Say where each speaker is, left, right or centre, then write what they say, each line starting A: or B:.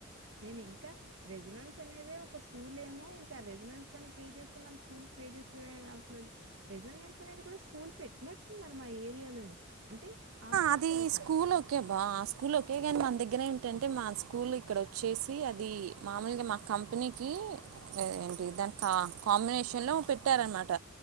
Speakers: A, on the right; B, on the right.
A: నేను ఇంక రెజనెట్స్ అనేది ఒక స్కూల్ ఏమో ఇంకా రెజడెన్స్ అని పే చేస్తే మన స్కూల్ కి పే చేస్తే <inaudible> రెజడెన్స్ అనేది కూడా స్కూల్ పెట్టినట్టున్నారు. మా ఏరియాలోని అంటే ఆ స్కూల్
B: అది
A: కె వెళతారు
B: స్కూల్ ఓకే ఆ స్కూల్ ఓకే కానీ మన దగ్గర ఏంటంటే మా స్కూల్ ఇక్కడ వచ్చేసి అది మామూలుగా మా కంపెనీకి ఏంటి దాని కా కాంబినేషన్లో పెట్టారనమాట